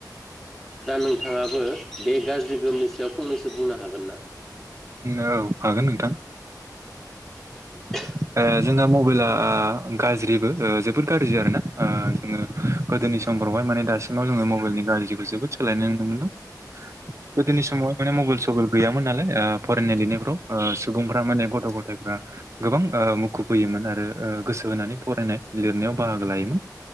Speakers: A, in the centre; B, on the right.
A: दा नोंथाङाबो बे गाज्रि गोमनि सायाव फंनैसो बुंनो हागोन ना
B: औ हागोन नोंथां
A: <unintelligible> <unintelligible>
B: ओ जोंना मबाइला गाज्रिबो जोबोद गाज्रि आरोना जोङो गोदो नि समफोरावहाय माने दासिमाव जोङो मबाइलनि गाज्रिखौ जोबोद सोलायनाय नुनो मोनदों गोदोनि समावहाय माने मबाइल सबेल गैयामोन नालाय ओ फरायनाय लिरनायफ्राव सुबुंफ्रा माने गथ गथायाइफ्रा गोबां मुखुब होयोमोन आरो गोसो होनानै फरायनाय लिरनायाव बाहागो लायोमोन